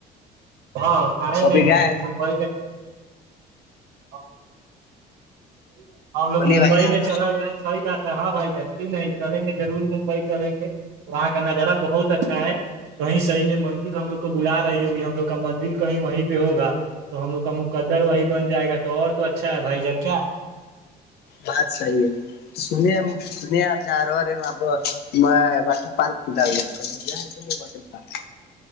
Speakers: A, on the right; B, on the left.
A: ہاں سیں
B: کبھی
A: نہیں
B: گئے
A: ا ممبئی میں <unintelligible> <inaudible> سی ہم لوگ
B: بولیے
A: ممبئی
B: بھائی جان
A: میں چلا جائیں صحی بات ہے ہاں بھائی جان کیوں نہیں چلیں گے ضرور ممبئی چلیں گے وہاں کا نظارہ بہت اچھا ہے کہیں صحیح میں مندر ہم لوگ کو بلا رہی ہوگی ہم لوگ کا مندر کہیں وہیں پہ ہوگا تو ہم لوگ کا مقدر وہیں بن جائے گا تو اور تو اچھا ہے بھائی جان کیا
B: بات صحیح ہے سنیے ت نہیں آپ جا رہو ہو ارے آاںپ میں واٹر پارک کھلا ہوا کبھی گیا ہے کہ میں واٹر پارک